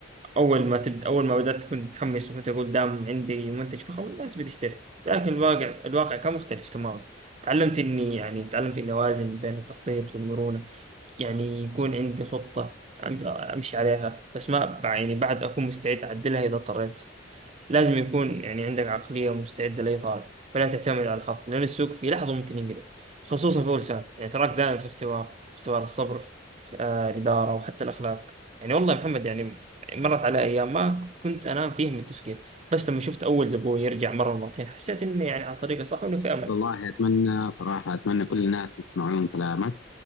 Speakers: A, on the right (about 30°); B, on the left (about 75°).
A: اول ما تبدا اول ما بدات كنت متحمس وكنت اقول دام عندي منتج فخم الناس بتشتري لكن الواقع الواقع كان مختلف تماما تعلمت اني يعني تعلمت اني اوازن بين التخطيط والمرونه يعني يكون عندي خطه أم- امشي عليها بس ما يعني بعد اكون مستعد اعدلها اذا اضطريت لازم يكون يعني عندك عقلية مستعدة لأي طالب فلا تعتمد على الحظ لأن السوق في لحظة ممكن ينقلب خصوصا في أول سنة يعني تراك دائم في اختبار اختبار الصبر آه، الإدارة وحتى الأخلاق يعني والله يا محمد يعني مرت على أيام ما كنت أنام فيه من التفكير بس لما شفت أول زبون يرجع مرة مرتين حسيت إني يعني على طريقة صح وإنه في أمل
B: والله أتمنى صراحة أتمنى كل الناس يسمعون كلامك